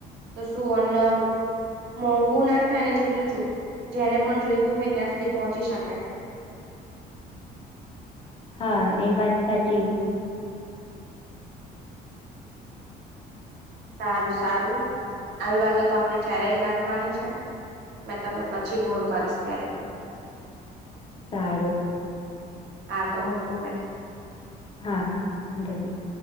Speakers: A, on the right; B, on the left.
A: તો શું અન્ન. મોંઘુ ના થાય અને જેટલું જો જેને પણ જોઈતું હોય ત્યાં સુધી પહોંચી શકે.
B: હા એ વાત સાચી.
A: સારું સારું આવી વાતો તો આપડી ચાલેજ રાખવાની છે. મેં તમને પછી ફોન કરીશ ત્યારે.
B: સારૂ
A: હા તો મૂકું મેં.
B: હા વાધો નહી.